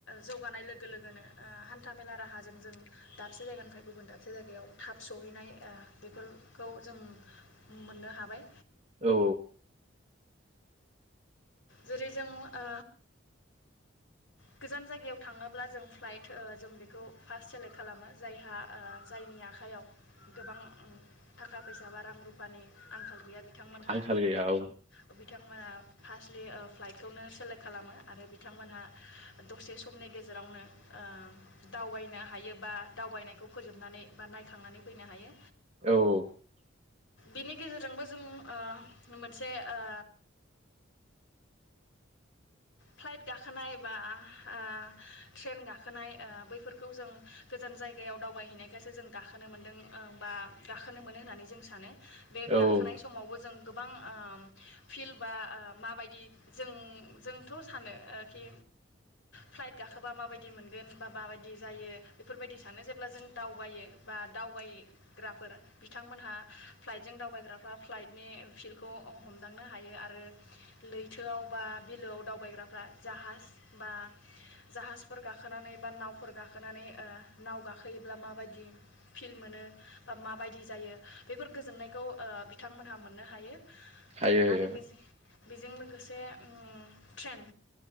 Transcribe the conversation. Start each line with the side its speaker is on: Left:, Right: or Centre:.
Left: जौगानाय लोगो लोगोनो ओ हान्था मेला राहाजों जों दाबसे जायगानिफ्राय गुबुन दाबसे जायगायाव थाब सहैनाय ओ बेफोरखौ जों मोननो हाबाय
Right: औ
Left: जेरै जों ओ गोजान जायगायाव थाङोब्ला जों फ्लाइट जों बेखौ फार्स्ट सेलेक्ट खालामो जायहा जायनि आखाइयाव गोबां थाखा फैसा बा रां रुफानि आंखाल गैया बिथांमोनहा
Right: आंखाल गैया औ
Left: ओ बिथांमोनहा फास्लि ओ फ्लाइटखौनो सेला खालामो आरो बिथांमोनहा दसे समनि गेजेरावनो ओ दावबायनो हायो बा दावबायनायखौ फोजोबनानै बा नायखांनानै फैनो हायो
Right: औ
Left: बिनि गेजेरजोंबो जों ओ मोनसे ओ फ्लाइट गाखोनाय बा ओ ट्रेन गाखोनाय ओ बैफोरखौ जों गोजान जायगायाव दावबायहैनायखायसो जों गाखोनो मोनदों बा गाखोनो मोनो होननानै जों सानो बे गाखोनाय
Right: औ
Left: समावबो जों गोबां उम फिल्दबा ओ माबायदि जों जों थ सानो ओ कि फ्लाइट गाखोबा माबायदि मोनगोन बा माबायदि जायो बेफोरबायदि सानो जेब्ला जों दावबायो बा दावबायग्राफोर बिथांमोनहा फ्लाइटजों दावबायग्राफ्रा फ्लाइटनि फिल्खौ हमदांनो हायो आरो लैथोआव बा बिलोआव दावबायग्राफ्रा जाहाज बा जाहाजफोर गाखोनानै बा नावफोर गाखोनानै ओ नाव गाखोयोब्ला माबायदि फिल मोनो बा माबायदि जायो बेफोर गोजोननायखौ ओ बिथांमोनहा मोननो हायो आरो
Right: हायो हायो
Left: बेजों बेजों लोगो गोसे उम ट्रेन